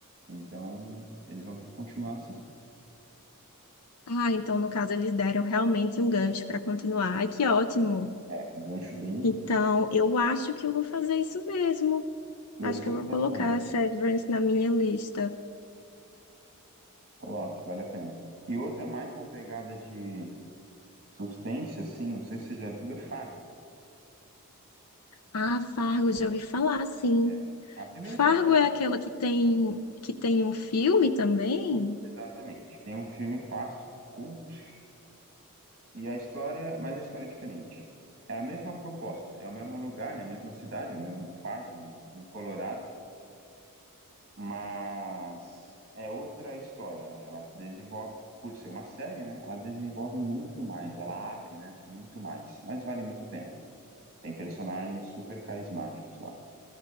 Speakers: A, on the right; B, on the left.
A: Então, eles vão ter que continuar assim.
B: ah, então no caso eles deram realmente um gancho para continuar. Ai, que ótimo.
A: É, um gancho bem.
B: Então eu acho que eu vou fazer isso mesmo.
A: Eu
B: Acho
A: super
B: que eu vou
A: recomendo.
B: colocar Severance na minha lista.
A: Coloque, vale a pena. E outra mais na pegada de suspense, assim, não sei se você já viu, é Fargo.
B: Ah, Fargo, já ouvi falar, sim.
A: É. A primeira
B: Fargo
A: temporada.
B: é aquela que tem que tem um filme também?
A: Exatamente. Tem um filme clássico, cult, e a história, mas a história é diferente. É a mesma proposta, é o mesmo lugar, né? Mesma cidade, é o mesmo Fargo, no, no Colorado, mas é outra história. Ela desenvolve, por ser uma série, né? Ela desenvolve muito mais, ela abre, né? Muito mais, mas vale muito a pena. Tem personagens super carismáticos lá,